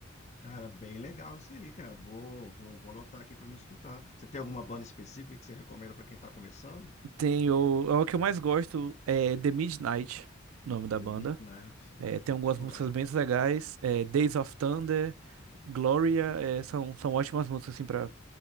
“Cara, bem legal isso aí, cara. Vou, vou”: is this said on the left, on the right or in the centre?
Left